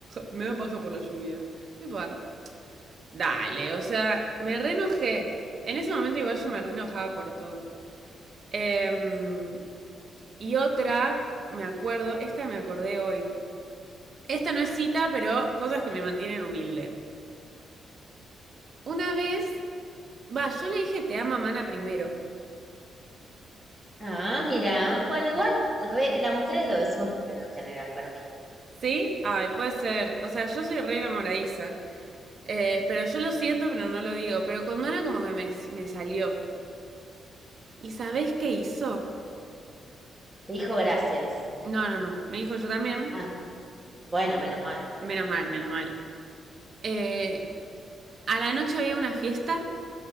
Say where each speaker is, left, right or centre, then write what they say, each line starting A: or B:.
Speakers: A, on the right; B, in the centre.
A: me, da paja por la lluvia. Yo tipo, "Ah, dale, o sea, me re enojé. En ese momento igual yo me re enojaba por todo. Em, y otra, me acuerdo, esta me acordé hoy. Esta no es cita, pero cosas que me mantienen humilde. Una vez, va, yo le dije te ama Mana primero.
B: Ah, mira. Bueno, igual re- las mujeres lo decimos primero en general para mí.
A: ¿Sí? Ay, puede ser. O sea, yo soy re enamoradiza. Eh, pero yo lo siento, pero no lo digo. Pero con Mana como que me, me salió. ¿Y sabés qué hizo?
B: Te dijo gracias.
A: No, no, no. Me dijo yo también.
B: Ah, bueno, menos mal.
A: Menos mal, menos mal. Eh, a la noche había una fiesta